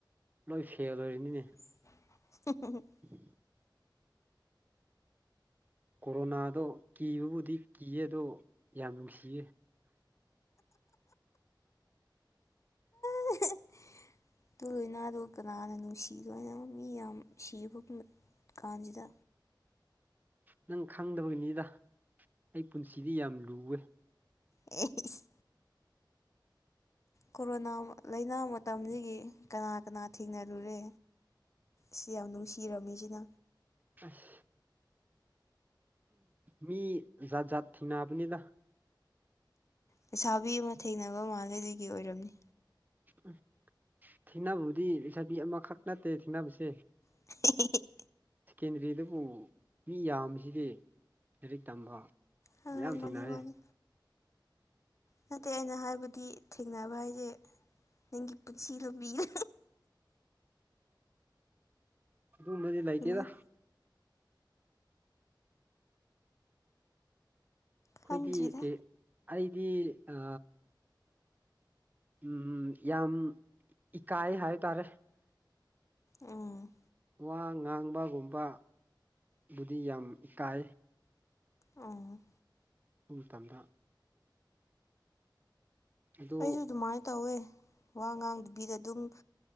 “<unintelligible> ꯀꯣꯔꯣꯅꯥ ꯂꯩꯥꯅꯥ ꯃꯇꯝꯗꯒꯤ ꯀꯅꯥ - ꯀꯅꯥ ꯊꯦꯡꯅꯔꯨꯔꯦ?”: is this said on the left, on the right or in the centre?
Left